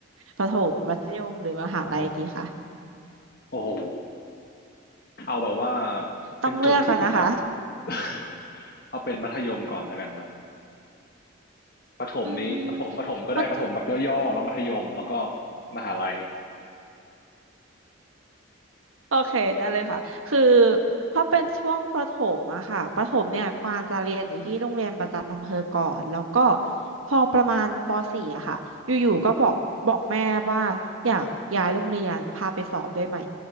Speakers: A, on the right; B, on the left.
A: ประถมมัธยม หรือมหาลัยดีคะ
B: โอ้โหโอ้โหเอาแบบว่าเป็นจุดที่ประทับ
A: ต้องเลือกกันนะคะ
B: <laughs> เอาเป็นมัธยมก่อนแล้วกันครับประถมนี้ประถมประถมก็ได้ประถมแบบย่อๆแล้วมัธยมแล้วก็
A: อืมมัธ
B: มหาลัย
A: โอเคได้เลยค่ะคือถ้าเป็นช่วงประถมอะค่ะประถมเนี่ยกวางจะเรียนอยู่ที่โรงเรียนประจำอำเภอก่อนแล้วก็พอประมาณป .4 อะค่ะอยู่ๆก็บอกบอกแม่ว่าอยากย้ายโรงเรียนพาไปสอบได้ไหม